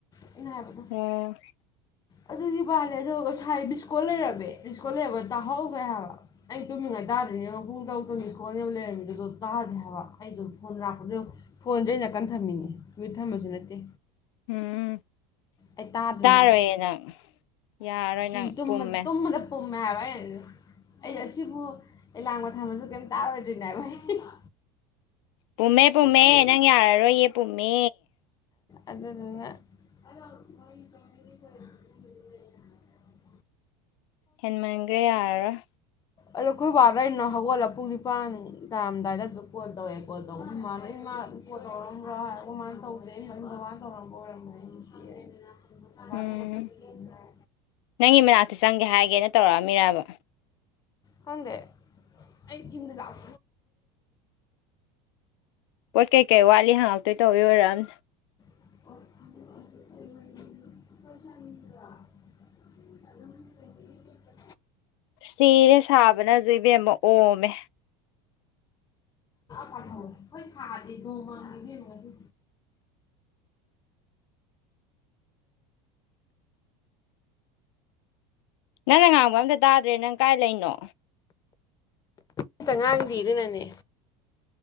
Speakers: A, on the left; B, on the left.
A: ꯑꯩꯅ ꯍꯥꯏꯕꯗ
B: ꯑꯦ
A: ꯑꯗꯨꯗꯤ ꯕꯥꯂꯦ ꯗꯣ ꯉꯁꯥꯏ ꯃꯤꯁꯀꯣꯜ ꯂꯩꯔꯝꯃꯦ ꯃꯤꯁꯀꯣꯜ ꯂꯩꯔꯝꯕ ꯇꯥꯍꯧꯗ꯭ꯔꯦ ꯍꯥꯏꯕ ꯑꯩ ꯇꯨꯝꯃꯤꯉꯥꯏ ꯇꯥꯗ꯭ꯔꯤꯅꯦ ꯌꯦꯡꯉ ꯨꯄꯨꯡ ꯇꯔꯨꯛꯛ ꯃꯤꯁꯀꯣꯜꯅꯦꯕ ꯂꯩꯔꯝꯃꯤꯖꯦ ꯑꯗꯨ ꯇꯥꯗꯔ꯭ꯤꯅꯦ ꯍꯥꯏꯕ ꯑꯩꯗꯣ ꯐꯣꯟ ꯂꯥꯛꯄꯗꯨ ꯌꯦꯡꯉꯨ ꯐꯣꯟꯖꯦ ꯑꯩ ꯅꯥꯀꯟ ꯊꯝꯃꯤꯅꯤ ꯃꯌ꯭ꯨꯠ ꯊꯝꯕꯁꯨ ꯅꯠꯇꯦ
B: ꯎꯎꯝ
A: ꯑꯩ ꯇꯥꯗ꯭ꯔꯤꯅꯦ
B: ꯇꯥꯔꯣꯏꯌꯦ
A: ꯍꯥꯏꯕ
B: ꯅꯪ ꯌꯥꯔꯔꯣꯏ
A: ꯁꯤ
B: ꯅꯪ
A: ꯇꯨꯝꯕ
B: ꯄꯨꯝꯃꯦ
A: ꯇꯨꯝꯕꯗ ꯄꯨꯝꯃꯦ ꯍꯥꯏꯕ ꯑꯩꯅꯗꯤ ꯗꯨ ꯑꯩꯅ ꯑꯁꯤꯕꯨ ꯑꯦꯂꯥꯝꯒ ꯊꯝꯃꯁꯨ ꯀꯦꯝ ꯇꯥꯔꯣꯏꯗꯣꯏꯅꯦ ꯍꯥꯏꯕ
B: ꯄꯨꯝꯃꯦ ꯄꯨꯝꯃꯦ
A: ꯑꯩ
B: ꯅꯪ ꯌꯥꯔꯔꯣꯏꯌꯦ ꯄꯨꯝꯃꯦ
A: ꯑꯗꯨꯗꯨꯅ ꯑ <unintelligible>
B: ꯍꯦꯟꯃꯟꯒ꯭ꯔꯦ ꯌꯥꯔꯔꯣꯏ
A: ꯑꯗꯣ ꯑꯩꯈꯣꯏ ꯕꯥꯗꯩꯅꯣ ꯍꯧꯒꯠꯂ ꯄꯨꯡ ꯅꯤꯄꯥꯟ ꯇꯥꯔꯝꯗꯥꯏꯗ ꯑꯗꯨꯗ ꯀꯣꯜ ꯇꯧꯋꯦ ꯀꯣꯜ ꯇꯧꯕꯗꯨ ꯏꯃꯥꯟꯅ ꯏꯃꯥ ꯀꯣꯜ ꯇꯧꯔꯛꯑꯝꯕ꯭ꯔꯥ ꯍꯥꯏ ꯑꯩꯈꯣꯏꯃꯥꯅ ꯇꯧꯗꯦ ꯃꯅꯨꯡ ꯕꯥꯕꯥꯅ ꯇꯧꯔꯝꯕ ꯑꯣꯏꯔꯝꯒꯅꯦꯌꯦ ꯕꯥꯕꯥ
B: ꯎꯝ
A: ꯊꯕꯛ ꯆꯠꯈꯤꯅ ꯍꯥꯏ
B: ꯅꯪꯒꯤ ꯃꯅꯥꯛꯇ ꯆꯪꯒꯦ ꯍꯥꯏꯒꯦꯅ
A: <unintelligible>
B: ꯇꯧꯔꯛꯑꯝꯃꯤꯔꯕ
A: ꯈꯪꯗꯦ ꯑꯩ ꯏꯟꯗ ꯂꯥꯛ
B: ꯄꯣꯠ ꯀꯩꯀꯩ ꯋꯥꯠꯂꯤ ꯍꯪꯉꯛꯇꯣꯏ ꯇꯧꯋꯤ ꯑꯣꯏꯔꯝ
A: <unintelligible> <unintelligible>
B: ꯁꯤꯔꯦ ꯁꯥꯕꯅꯁꯨ ꯏꯕꯦꯝ ꯑꯣꯝꯃꯦ
A: ꯄꯥꯝꯊꯧ ꯑꯩꯈꯣꯏ ꯁꯥꯗꯦ ꯅꯣꯡꯃ ꯃꯪ ꯂꯤꯝ ꯅꯤꯍꯥꯏꯕꯦꯝ ꯉꯁꯤ
B: ꯅꯪꯅ ꯉꯥꯡꯕ ꯑꯝꯇ ꯇꯥꯗ꯭ꯔꯦ ꯅꯪ ꯀꯥꯏ ꯂꯩꯅꯣ
A: ꯑꯝꯇ ꯉꯥꯡꯗꯤꯦ ꯑꯗꯨꯅꯅꯦ